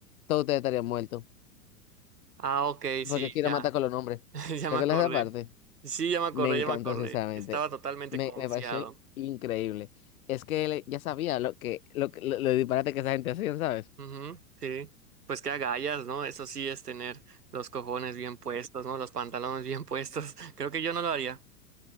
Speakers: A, on the left; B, on the right.
A: todos ustedes estarían muertos.
B: Ah, ok, sí,
A: Porque Kira
B: ya.
A: mata con los nombres.
B: <laughs> Ya
A: ¿Recuerdas
B: me acordé.
A: esa parte?
B: Sí, ya me acordé,
A: Me encantó,
B: ya me Sí. acordé.
A: sinceramente.
B: Estaba totalmente
A: Me,
B: confiado.
A: me pareció increíble. Es que él ya sabía lo que, lo, que- lo, lo disparate que esa gente hacía, ¿sabes?
B: Ujú, sí. Pues qué agallas, ¿no? Eso sí es tener los cojones bien puestos, ¿no? Los pantalones bien puestos. <laughs> Creo que yo no lo haría.